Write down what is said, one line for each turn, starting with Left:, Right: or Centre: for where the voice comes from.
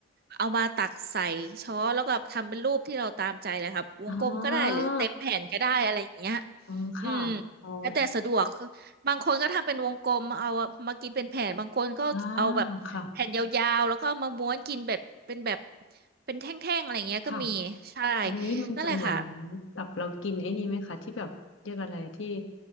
Right: เอามาตักใส่ช้อนแล้วก็ทำเป็นรูปที่เราตามใจเลยครับวงกลมก็ได้หรือเต็มแผ่นก็ได้อะไรอย่างเงี้ย
Left: อ่าอืมค่ะอ๋อ
Right: อืมแล้วแต่สะดวก บางคนก็ทำเป็นวงกลมเอามากินเป็นแผ่นบางคนก็เอาแบบแผ่นยาวๆแล้วก็เอามาม้วนกินแบบเป็นแบบ
Left: อ่าค่ะ
Right: เป็นแท่งๆอะไรเงี้ยก็มีใช่
Left: ค่ะอันนี้มันจะเหมือน
Right: นั่นแหละค่ะ
Left: แบบเรากินไอ้นี่ไหมคะที่แบบเรียกอะไรที่